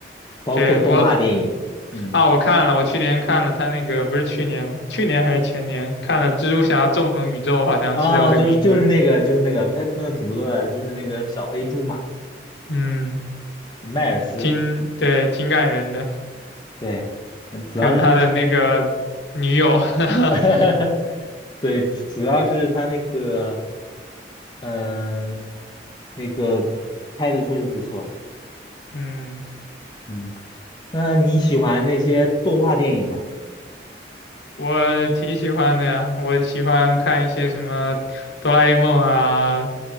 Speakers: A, on the left; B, on the left.
A: 包括动画电影。
B: 对，我
A: 嗯。
B: 啊，我看了，我去年看了他那个，不是去年吗？去年还是前年看了《蜘蛛侠：纵横宇宙》，好像是叫这个名字。
A: 啊，就是就是那个就是那个拍的挺不错的，就是那个小黑猪嘛，
B: 嗯，
A: 迈尔斯，
B: 挺，对，挺感人的，
A: 对，嗯主要是，
B: 跟他的那个女友。<laughs>
A: <laughs> 对，主要是他那个，嗯、那个拍的确实不错，
B: 嗯，
A: 嗯，那你喜欢那些动画电影吗？
B: 我挺喜欢的呀，我喜欢看一些什么哆啦 A 梦啊，